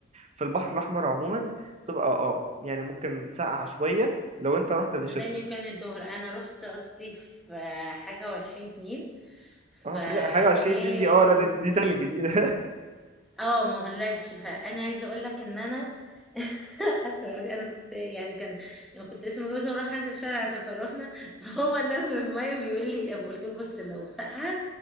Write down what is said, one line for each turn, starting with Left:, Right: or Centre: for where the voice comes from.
Right: في البحر الاحمر عموما تبقى اه يعني ممكن ساقعة شوية لو انت رحت في الشتاء
Centre: تداني وكان الظهر انا رحت اصلي في آه، حاجة وعشرين اتنين فكان
Right: اه حاجة حاجة 20 اتنين دي اه لا دي, دي تلج دي <laughs>
Centre: اه ما اقولكش فانا عايزه اقول لك ان انا <laughs> حاسه دلوقتي انا كنت يعني كان انا كنت لسه متجوزه ورايحه شارع سفر رحنا <laughs> فهو نازل الميه بيقول لي قلت له بص لو ساقعه